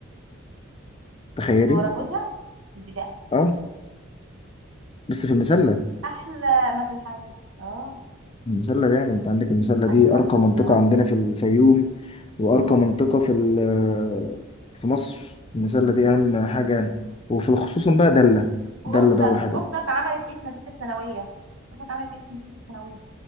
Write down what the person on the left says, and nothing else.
تخيلي
اه بس في المسلة
المسلة يعني انت عندك المسلة
دي
ارقى منطقة
عندنا في الفيوم وارقى منطقة في ال- آه،
في مصر المسلة دي اهم حاجة يعني وفي الخصوص بقى دلة
دلة بقى والحاجات
دي